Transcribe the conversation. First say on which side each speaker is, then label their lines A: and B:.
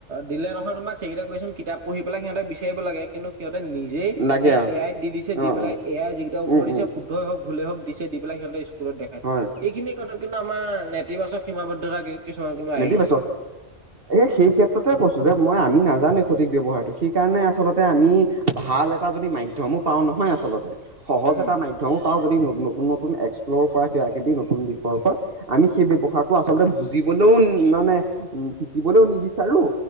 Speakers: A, on the right; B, on the right.
A: দিলে নহয় তোমাক সেইকেইটা কুৱচন কিতাপ পঢ়ি পেলাই সিহতে বিচাৰিব লাগে। কিন্তু সিহঁতে নিজেই
B: লাগে
A: সেই
B: অ
A: এ আই দি দিছে,
B: অ
A: দি পেলাই
B: অ
A: এ আই যি কেইটা উত্তৰ
B: উম
A: দিছে-
B: উম
A: শুদ্ধই হওক, ভুলে হওক, দিছে দি পিলাই সিহঁতে স্কুলত দেখাইছে।
B: হয়
A: সেইখিনি কথা কিন্তু আমাৰ নেতিবাচক সীমাবদ্ধতা। কিছুমান কিন্তু
B: নেতিবাচক।
A: আহি গৈছে।
B: এ সেই ক্ষেত্ৰতে কৈছো যে মই আমি নাজানে সঠিক ব্যৱহাৰটো। সেইকাৰণে আচলতে আমি ভাল এটা যদি মাধ্যমো পাওঁ নহয় আচলতে সহজ
A: উম,
B: এটা মাধ্য- মও পাওঁ যদি নতুন-নতুন এক্সপ্ল'ৰ পৰা কিবা-কিবি নতুন দিশৰ পৰা- আমি সেই ব্যৱহাৰটো আচলতে বুজিবলৈও মানে উম শিকিবলৈও নিবিচাৰো।